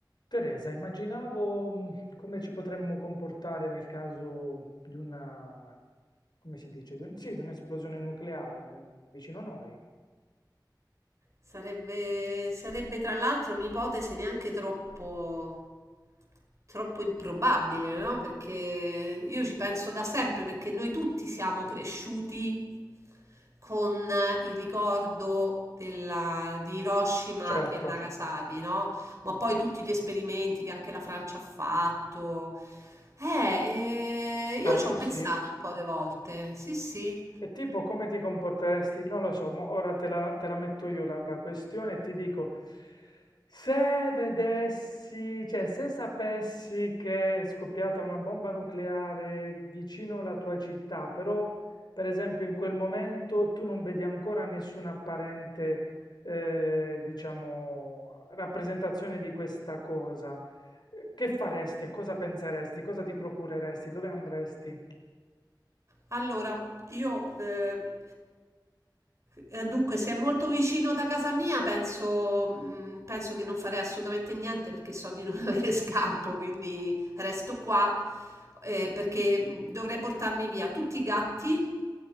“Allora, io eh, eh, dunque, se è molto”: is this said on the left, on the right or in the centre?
Right